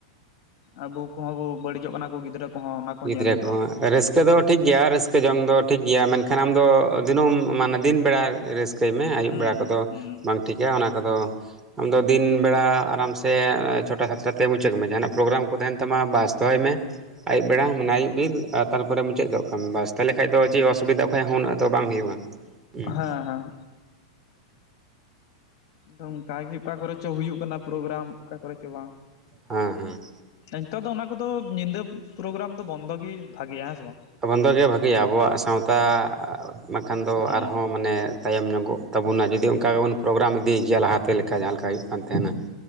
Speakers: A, on the left; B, on the right.
A: ᱟᱵᱚ ᱠᱚᱦᱚᱸ ᱵᱚ ᱵᱟᱹᱲᱤᱡᱚᱜ ᱠᱟᱱᱟ ᱠᱚ ᱜᱤᱫᱽᱨᱟᱹ ᱠᱚᱦᱚᱸ ᱚᱱᱟ ᱠᱚᱦᱚᱸ
B: ᱜᱤᱫᱽᱨᱟᱹ
A: ᱧᱮᱞ ᱦᱩᱭᱩᱜᱼᱟ
B: ᱠᱚ ᱨᱟᱹᱥ ᱨᱟᱹᱥᱠᱟᱹ ᱫᱚ ᱴᱷᱤᱠ ᱜᱮᱭᱟ ᱨᱟᱹᱥᱠᱟᱹ ᱡᱚᱝ ᱫᱚ ᱴᱷᱤᱠ ᱜᱮᱭᱟ ᱢᱮᱱᱠᱷᱟᱱ ᱟᱢ ᱫᱚ ᱫᱤᱱᱟᱹᱢ ᱢᱟᱱᱮ ᱫᱤᱱ ᱵᱮᱲᱟ ᱨᱟᱹᱥ ᱠᱟᱹᱭ ᱢᱮ ᱟᱹᱭᱩᱵ
A: ᱦᱩᱸ
B: ᱵᱮᱲᱟ
A: ᱦᱩᱸ
B: ᱠᱚᱫᱚ
A: ᱦᱩᱸ
B: ᱵᱟᱝ ᱴᱷᱤᱠᱟ ᱚᱱᱟ ᱠᱚᱫᱚ ᱟᱢᱫᱚ
A: ᱦᱩᱸ
B: ᱫᱤᱱ
A: ᱦᱮᱸ
B: ᱵᱮᱲᱟ ᱟᱨᱟᱢ ᱥᱮ ᱥᱮ <unintelligible> ᱪᱷᱚᱴᱟ ᱥᱟᱛᱴᱟ ᱛᱮ ᱢᱩᱪᱟᱹᱫ ᱢᱮ ᱡᱟᱦᱟᱱᱟᱜ ᱯᱨᱳᱜᱨᱟᱢ ᱠᱚ ᱛᱟᱦᱮᱱ ᱛᱟᱢᱟ ᱵᱟᱥ ᱫᱚᱦᱚᱭ ᱢᱮ ᱯᱮᱲᱟ ᱢᱟᱱᱮ ᱟᱹᱩᱵ ᱵᱤᱨ ᱟᱨ ᱛᱟᱨᱯᱚᱨᱮ ᱢᱩᱪᱟᱹᱫ ᱜᱚᱜ ᱠᱟᱜ ᱢᱮ ᱵᱟᱥ, ᱛᱟᱦᱚᱞᱮ ᱠᱷᱟᱡ
A: ᱦᱩᱸ
B: ᱫᱚ ᱡᱮ ᱚᱥᱩᱵᱤᱫᱟ ᱚᱠᱚᱭᱟᱜ ᱦᱚᱸ ᱩᱱᱟᱹᱜ ᱫᱚ ᱵᱟᱝ ᱦᱩᱭᱩᱜᱼᱟ᱾ ᱦᱩᱸ
A: ᱦᱮᱸ ᱦᱮᱸ᱾ ᱟᱫᱚ ᱚᱱᱠᱟ ᱜᱮ ᱚᱠᱟ ᱠᱚᱨᱮ ᱪᱚ ᱦᱩᱭᱩᱜ ᱠᱟᱱᱟ ᱯᱨᱳᱜᱨᱟᱢ ᱚᱠᱟ ᱠᱚᱨᱮ ᱪᱚ ᱵᱟᱝ᱾
B: ᱦᱮᱸ ᱦᱩᱸ
A: ᱱᱤᱛᱚᱜ ᱫᱚ ᱚᱱᱟ ᱠᱚᱫᱚ ᱧᱤᱫᱟᱹ ᱯᱨᱳᱜᱨᱟᱢ ᱫᱚ ᱵᱚᱱᱫᱚ ᱜᱮ ᱵᱷᱟᱜᱤᱜᱼᱟ ᱦᱮ ᱥᱮ ᱵᱟᱝ?
B: ᱵᱚᱱᱫᱚ ᱜᱮ ᱵᱷᱟᱜᱤᱭᱟ ᱟᱵᱚᱣᱟᱜ ᱥᱟᱶᱛᱟ ᱵᱟᱠᱷᱟᱱ ᱫᱚ
A: ᱦᱩᱸ
B: ᱟᱨᱦᱚᱸ ᱢᱟᱱᱮ ᱛᱟᱭᱚᱢ ᱧᱚᱜᱚᱜ ᱛᱟᱵᱚᱱᱟ ᱡᱩᱫᱤ ᱚᱱᱠᱟ ᱜᱮᱵᱚᱱ
A: ᱦᱩᱸ
B: ᱯᱨᱳᱜᱨᱟᱢ ᱤᱫᱤᱭ ᱜᱮᱭᱟ ᱞᱟᱦᱟᱛᱮ ᱞᱮᱠᱟ ᱡᱟᱦᱟ ᱞᱮᱠᱟ ᱞᱮᱠᱟ ᱦᱩᱭᱩᱜ
A: ᱦᱩᱸ
B: ᱠᱟᱱ ᱛᱟᱦᱮᱱᱟ
A: ᱦᱩᱸ